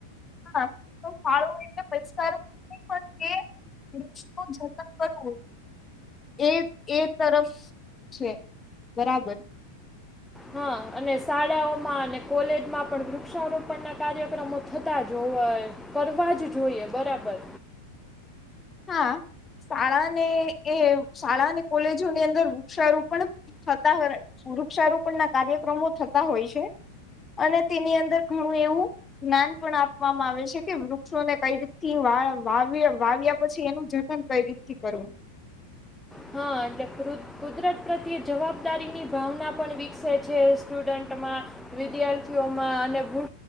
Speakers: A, on the left (about 20°); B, in the centre.
A: હા તો ફાળો એટલે પૈસા પણ એ વૃક્ષ જતન કરવું એ એ તરફ છે બરાબર..
B: હા અને શાળાઓમાં અને કોલેજમાં પણ વૃક્ષારોપણ ના કાર્યક્રમો થતા જ હોય કરવા જ જોઈએ બરાબર..
A: હા શાળાને એ શાળા અને કોલેજોની અંદર વૃક્ષારોપણ થતા હો વૃક્ષારોપણ ના કાર્યક્રમો થતા હોય છે અને તેની અંદર ઘણું એવું જ્ઞાન પણ આપવામાં આવે છે કે વૃક્ષોને કઈ રીતથી વાવ વાવ્યા પછી એનું જતન કઈ રીતથી કરવું.
B: હા એટલે કુદરત પ્રત્યે જવાબદારીની ભાવના પણ વિકસે છે સ્ટુડન્ટમાં વિદ્યાર્થીઓમાં અને વો